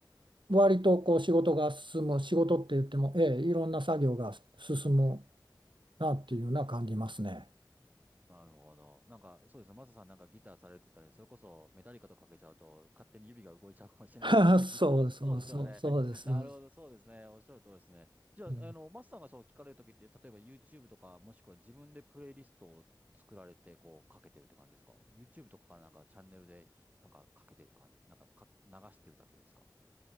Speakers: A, on the right; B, on the right.
A: 割とこう仕事が進む仕事って言っても、ええ、いろんな作業が進むなっていうのは感じますね。
B: なるほど。なんか、そうですね。マサさんなんかギターされてたり、それこそメタリカとかけちゃうと、勝手に指が動いちゃうかもしれないですよね。
A: <laughs>
B: <laughs> ギターの。
A: そうそうそうそうです。
B: そうですよね。<laughs> なるほど。
A: う
B: そうですね。おっしゃる通りですね。じゃあ、
A: ん
B: あの、マサさんがそう聞かれるときって、例えば YouTube とか、もしくは自分でプレイリストを作られて、こう、かけてるって感じですか ?YouTube とかからなんかチャンネルで、なんかかけてる感じ、なんかか、流してるだけですか